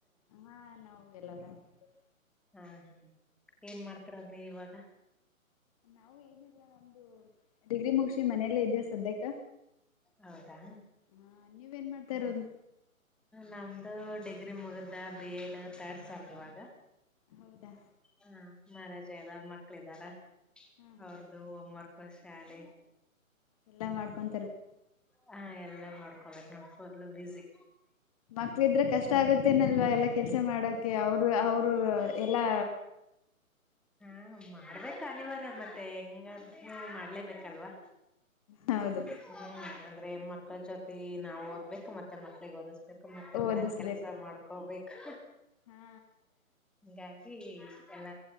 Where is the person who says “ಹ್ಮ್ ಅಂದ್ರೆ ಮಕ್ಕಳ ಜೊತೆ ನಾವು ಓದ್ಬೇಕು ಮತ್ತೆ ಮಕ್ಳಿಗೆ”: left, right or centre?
Centre